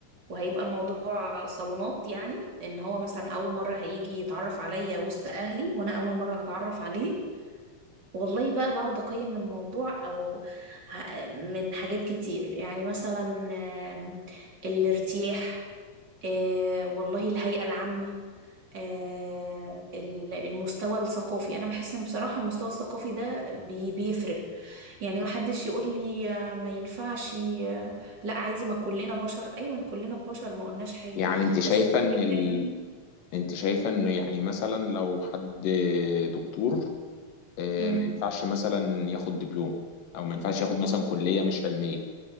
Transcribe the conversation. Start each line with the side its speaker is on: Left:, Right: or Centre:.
Right: وهيبقى الموضوع صالونات يعني ان هو مثلا اول مرة هيجي يتعرف عليا وسط اهلي وانا اول مرة هتعرف عليه والله بقى بقعد أقيم الموضوع أو ه- من حاجات كتير يعني مثلا آم، الارتياح آه، والله الهيئة العامة آه، ال- المستوى الثقافي أنا بحس إن بصراحة المستوى الثقافي ده بي- بيفرق يعني محدش يقول لي آه، ما ينفعش آه، لا عادي ما كلنا بشر أيوة كلنا بشر ما قلناش حاجة
Left: يعني انت شايفة
Right: بس بيبقى
Left: ان ال...
Right: فيه
Left: انت شايفة ان يعني مثلا لو حد دكتور آه،
Right: مم.
Left: ما ينفعش مثلا ياخد دبلوم او ما ينفعش ياخد مثلا كلية مش علمية